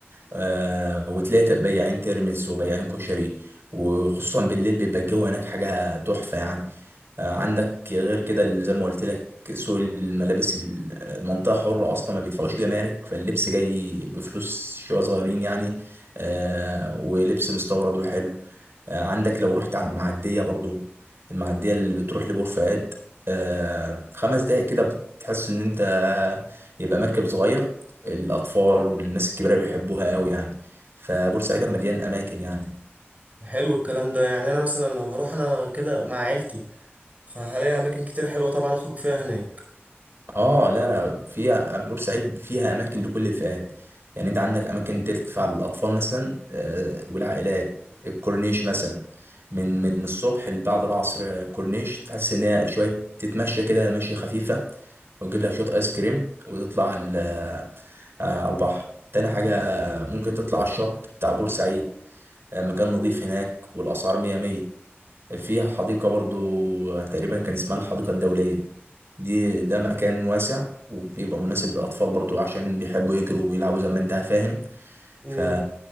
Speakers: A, on the right; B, on the right.
A: آه وتلاقي تق- بياعين ترمس وبياعين كشري وخصوصا بالليل بيبقى الجو هناك حاجة تحفة يعني آه عندك غير كده اللي زي ما قلت لك سوق الملابس المنطقة حرة أصلا ما بيدفعوش جمارك فاللبس جاي بفلوس شوية صغيرين يعني آه ولبس مستورد وحلو آه عندك لو رحت على المعدية برضو المعدية اللي بتروح لبور فؤاد آه خمس دقايق كده بتحس إن أنت يبقى مركب صغير الأطفال والناس الكبيرة بيحبوها قوي يعني فبورسعيد مليان أماكن يعني
B: حلو الكلام ده يعني انا مثلا لو هروح انا كده مع عيلتي فهلاقي اماكن كتير حلوه طبعا اخرج فيها هناك
A: اه لا لا فيها بورسعيد فيها أماكن لكل الفئات يعني
B: مم.
A: أنت عندك أماكن تدفع للأطفال مثلا آه، والعائلات الكورنيش مثلا من من الصبح لبعد العصر آه، كورنيش تحس إن هي شوية تتمشى كده مشية خفيفة وتجيب لك شوية آيس كريم وتطلع ال- آه، على البحر تاني حاجة ممكن تطلع الشط بتاع بورسعيد آه، مكان نظيف هناك والأسعار مية مية فيها حديقة برضو تقريبا كان اسمها الحديقة الدولية دي ده مكان واسع وبيبقى مناسب للأطفال برضو عشان بيحبوا يجروا ويلعبوا زي ما انت فاهم
B: امم
A: ف